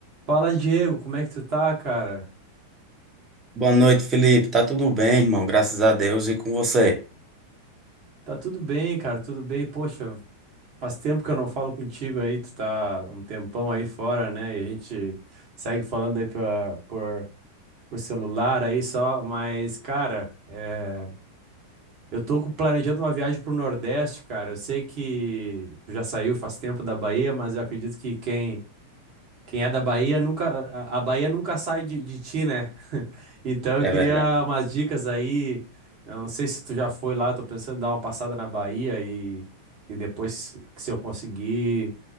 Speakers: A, on the right; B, on the right.
A: Fala, Diego, como é que tu tá, cara?
B: Boa noite, Felipe. Tá tudo bem, irmão? Graças a Deus e com você.
A: Tá tudo bem, cara, tudo bem. Poxa, faz tempo que eu não falo contigo aí, tu tá um tempão aí fora, né? E a gente segue falando aí pra, por, por celular aí só, mas, cara, é, eu tô com- planejando uma viagem pro Nordeste, cara. Eu sei que tu já saiu faz tempo da Bahia, mas eu acredito que quem Quem é da Bahia nunca, a a Bahia nunca sai de, de ti, né? <laughs> Então eu
B: É
A: queria
B: verdade.
A: umas dicas aí. Eu não sei se tu já foi lá, eu tô pensando em dar uma passada na Bahia e, e depois, se eu conseguir,